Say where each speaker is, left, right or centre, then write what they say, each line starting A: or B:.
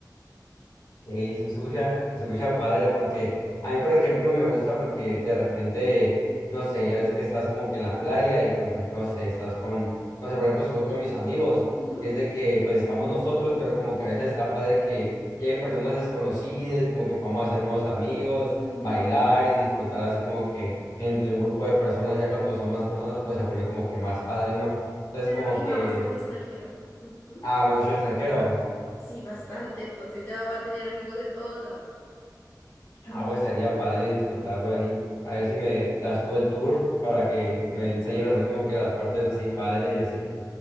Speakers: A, on the left; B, on the left.
A: Eh, se escucha, se escucha padre porque a mí, por ejemplo, me gusta porque de repente, no sé, ya ves que estás como que en la playa y, por ejemplo, si estás con, no sé, por ejemplo, si voy con mis amigos,
B: Ujú,
A: es de que pues estamos nosotros, pero como que a veces está padre que lleguen personas desconocidas, como que podamos hacer nuevos amigos,
B: ujú,
A: bailar y disfrutar así como que entre un grupo de personas, ya cuando son más personas, pues se vuelve como que más padre, ¿no? Entonces,
B: Claro,
A: como
B: y
A: que,
B: va bastante extranjero. Ujú.
A: ah, mucho extranjero.
B: Sí, bastante, entonces ya va a tener amigos de todo lado.
A: Ah, pues estaría padre disfrutarlo ahí. A ver si me das tú el tour para que me enseñes así como que las partes así padres y así.